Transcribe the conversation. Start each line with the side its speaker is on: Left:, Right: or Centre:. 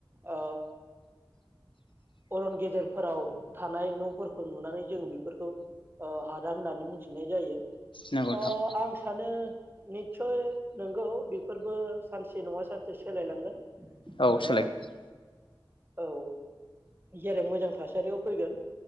Right: आ अरन गेजेरफोराव थानाय न'फोरखौ नुनानै जोङो बेफोरखौ ओ हादान होननानै मिथिनाय जायो। अ
Left: नंगौ नोंथां
Right: आं सानो निस्सय नंगौ बेफोरबो सानसे नङा सानसे सोलायलांगोन।
Left: औ
Right: ओ
Left: सोलायगोन।
Right: औ जेरै मोजां थासारियाव फैगोन।